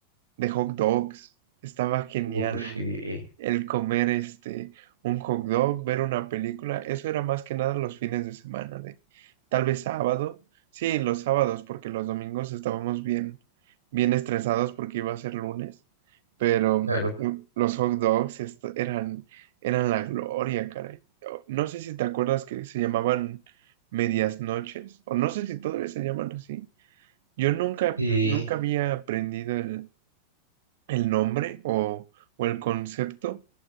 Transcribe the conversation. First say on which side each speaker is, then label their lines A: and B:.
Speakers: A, on the right; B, on the right.
A: de hot dogs. Estaba genial
B: Uh, sí.
A: el, el comer este un hot dog, ver una película. Eso era más que nada los fines de semana, de tal vez sábado. Sí, los sábados, porque los domingos estábamos bien, bien estresados porque iba a ser lunes. Pero
B: Claro.
A: u- los hot dogs est- eran, eran la gloria, caray. O- No sé si te acuerdas que se llamaban medias noches, o no sé si todavía se llaman así. Yo nunca,
B: Sí.
A: nunca había aprendido el el nombre o, o el concepto,